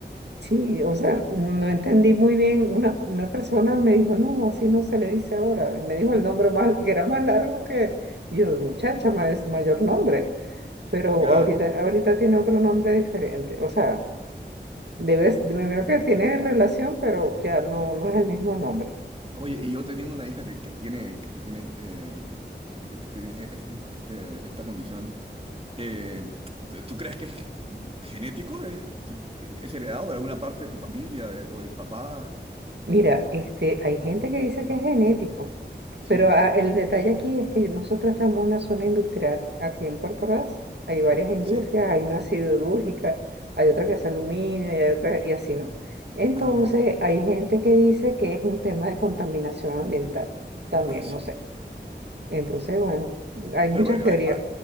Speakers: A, on the right; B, on the right.
A: Sí, o sea, no entendí muy bien. Una, una persona me dijo, no, así no se le dice ahora. Y me dijo el nombre más, que era más largo que y yo, muchacha, ma- es mayor nombre. Pero
B: Claro.
A: ahorita, ahorita tiene otro nombre diferente. O sea, debes, primero que tiene relación, pero ya no, no es el mismo nombre.
B: Oye, y yo teniendo una hija que, que tiene, que tiene, eh, que- que tiene este, este, esta condición. Eh, ¿tú crees que es genético? ¿Es, tú- es heredado de alguna parte de tu familia eh, o del papá?
A: Mira, este, hay gente que dice que es genético.
B: Sí,
A: Pero ah, el detalle aquí es que nosotros estamos en una zona industrial. Aquí en Puerto Ordaz hay varias industrias,
B: sí.
A: hay una siderúrgica, hay otra que hace aluminio y hay otra y así, ¿no? Entonces,
B: Ah, mira.
A: hay gente que dice que es un tema de contaminación ambiental también,
B: Ah, sí.
A: no sé. Entonces, bueno, hay muchas
B: Pero bueno,
A: teorías.
B: hay, hay-